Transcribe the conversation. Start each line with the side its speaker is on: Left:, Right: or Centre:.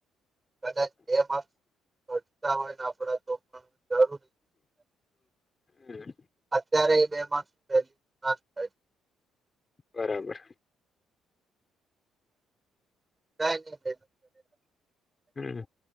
Right: કદાચ બે માક્સ ઘટતા હોય ને આપ તો પણ જરૂરી
Left: હમ્મ.
Right: અત્યારે એ બે માસું પહેલી ના થાય
Left: બરાબર.
Right: ના નહી <inaudible>
Left: હમ